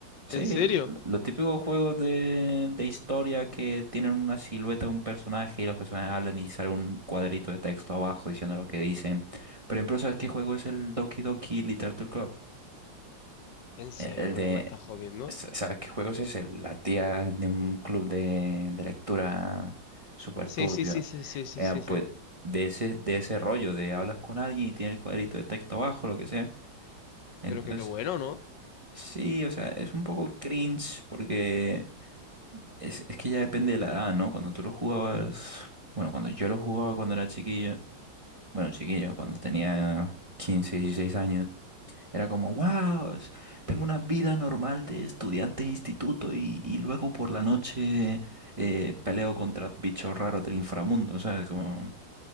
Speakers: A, on the right; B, on the left.
A: Sí,
B: ¿En serio?
A: l- los típicos juegos de, de historia que tienen una silueta de un personaje y los personajes hablan y sale un cuadrito de texto abajo diciendo lo que dicen. Por ejemplo, ¿sabes qué juego es el Doki Doki Literature Club?
B: ¿En serio,
A: El el de,
B: bro? ¿Me estás jodiendo?
A: sa- ¿sabes qué juego es ese? La tía de un club de, de lectura súper
B: Sí,
A: turbio.
B: sí, sí, sí, sí, sí,
A: Eh,
B: sí, sí.
A: pues de ese, de ese rollo, de hablas con alguien y tiene el cuadrito de texto abajo, lo que sea. Entonces,
B: Pero qué bueno, ¿no?
A: sí, o sea, es un poco cringe porque es, es que ya depende de la edad, ¿no? Cuando tú lo jugabas, bueno, cuando yo lo jugaba cuando era chiquillo, bueno, chiquillo, cuando tenía 15 16 años, era como, wow, es- tengo una vida normal de estudiante de instituto y, y luego por la noche eh, peleo contra bichos raros del inframundo, o sea, como...